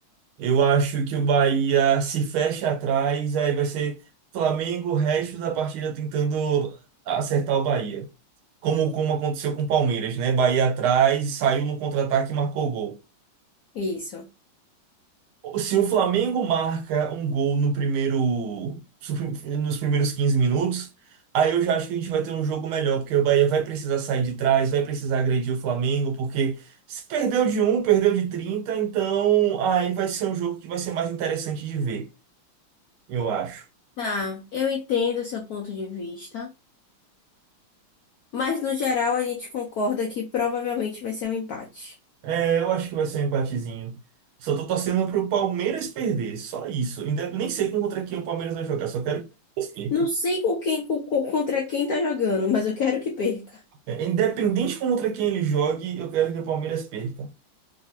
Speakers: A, on the right; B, on the left.
A: eu acho que o Bahia se fecha atrás, aí vai ser Flamengo o resto da partida tentando acertar o Bahia. Como, como aconteceu com o Palmeiras, né? Bahia atrás, saiu no contra-ataque e marcou gol.
B: Isso.
A: Se o Flamengo marca um gol no primeiro, nos primeiros 15 minutos, aí eu já acho que a gente vai ter um jogo melhor, porque o Bahia vai precisar sair de trás, vai precisar agredir o Flamengo, porque se perdeu de um perdeu de 30 então aí vai ser um jogo que vai ser mais interessante de ver, eu acho.
B: Tá, eu entendo o seu ponto de vista, mas no geral a gente concorda que provavelmente vai ser um empate.
A: É, eu acho que vai ser um empatezinho. Só tô torcendo pro Palmeiras perder, só isso. Inde- Nem sei contra quem o Palmeiras vai jogar, só quero que o Palmeiras
B: Não
A: perca.
B: sei com quem, com- com- contra quem tá jogando, mas eu quero que perca.
A: É, Independente contra quem ele jogue, eu quero que o Palmeiras perca.